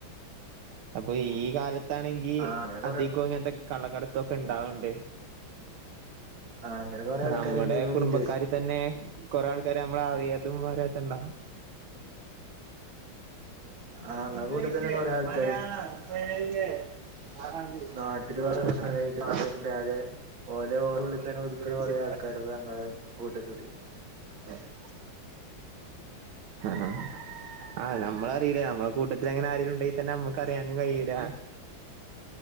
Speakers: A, on the right (about 85°); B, on the right (about 75°).
A: അപ്പൊ ഈ കാലത്ത് തന്നെകിൽ
B: ആ അങ്ങനെ കൊറേ
A: അധികം ഇങ്ങനത്തെ കള്ളക്കടത്തൊക്കെ ഉണ്ടാവ്ണ്ട്.
B: അങ്ങനെ കൊറേ ആൾക്കാരുണ്ട്
A: നമ്മുടെ
B: ഇപ്പൊ
A: കുടുംബക്കാര്
B: വിദേശ
A: തന്നെ കോറെ ആൾക്കാര് നമ്മളെ അറിയാതും <unintelligible>
B: ആ ഇങ്ങളെ
A: ഇംഗ്ലീഷ്,
B: കൂട്ടത്തിൽ തന്നെ കൊറേ ആൾക്കാരുണ്ട്
A: മലയാളം, തെലുങ്ക് അറബി
B: നാട്ടില്
A: <unintelligible>
B: കൊറേ <unintelligible> ഓലെ
A: ഇങ്ങളെ
B: ഉള്ളിൽ തന്നെ ഒതുക്കണ
A: ഇംഗ്ലീഷ്
B: കൊറേ ആൾക്കാരുണ്ട് ഞങ്ങളെ കൂട്ടത്തില്
A: <unintelligible> അഹാ ആഹ് നമ്മളറിയില്ല നമ്മളെ കൂട്ടത്തില് അങ്ങനെ ആരെങ്കിലും ഉണ്ടെങ്കിൽ തന്നെ നമ്മുക്ക് അറിയാനും കഴിയില്ല.